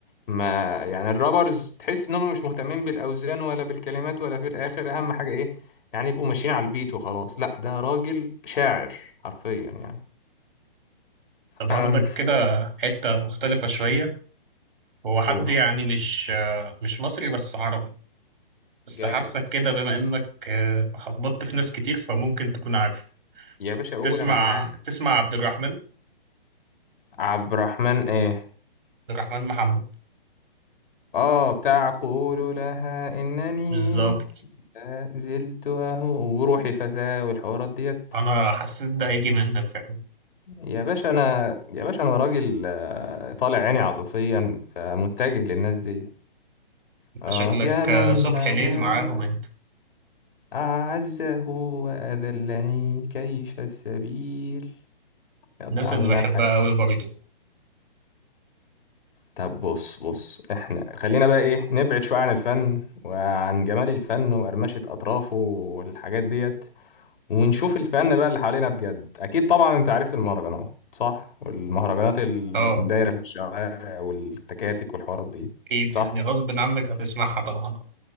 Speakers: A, on the left (about 65°); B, on the right (about 65°).
A: ما يعني الرابرز تحس ان هم مش مهتمين بالاوزان ولا بالكلمات ولا في الاخر اهم حاجه ايه يعني يبقوا ماشيين على البيت وخلاص لا ده راجل شاعر حرفيا يعني
B: طب
A: أم.
B: هاخدك كده حتة مختلفة شوية هو حد
A: أوه.
B: يعني مش آه، مش مصري بس عربي بس
A: جامد
B: حاسك كده بما انك آه، خبطت في ناس كتير فممكن تكون عارف
A: يا باشا قول
B: تسمع
A: انا معاك
B: تسمع عبد الرحمن عبد
A: عبد الرحمن ايه
B: الرحمن محمد
A: اه بتاع قول لها انني
B: بالظبط
A: لا زلت اهو وروحي فتاة والحوارات ديت
B: انا حسيت ده هيجي منك فعلا
A: يا باشا انا يا باشا انا راجل آه، طالع عيني عاطفيا فمتجه للناس دي
B: انت
A: اه
B: شكلك
A: يا من
B: آه، صبح
A: هواه
B: ليل معاهم انت
A: اعزه واذلني كيف السبيل يلا
B: الناس
A: يا عم
B: اللي
A: نار
B: بحبها
A: الحياة
B: قوي برضه
A: طب بص بص احنا خلينا بقى ايه نبعد شوية عن الفن وعن جمال الفن وقرمشة اطرافه والحاجات ديت ونشوف الفن بقى اللي حوالينا بجد اكيد طبعا انت عرفت المهرجانات صح والمهرجانات اللي
B: اه
A: دايره في الشوارع والتكاتك والحوارات دي
B: اكيد
A: صح
B: يعني غصب عنك هتسمعها طبعا